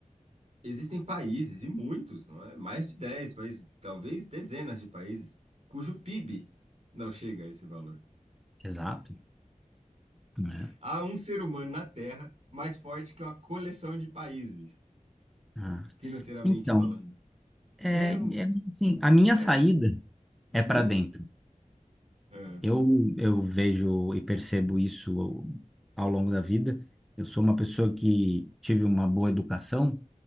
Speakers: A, on the right (about 50°); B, in the centre.
A: existem países, e muitos, não é? Mais de 10 países, talvez dezenas de países, cujo PIB não chega a esse valor.
B: Exato, né?
A: Há um ser humano na Terra mais forte que uma coleção de países,
B: Ah.
A: financeiramente
B: Então,
A: falando.
B: É,
A: É,
B: é, assim, a minha
A: é,
B: saída
A: hum,
B: é para dentro.
A: é.
B: Eu, eu vejo e percebo isso ao, ao longo da vida. Eu sou uma pessoa que tive uma boa educação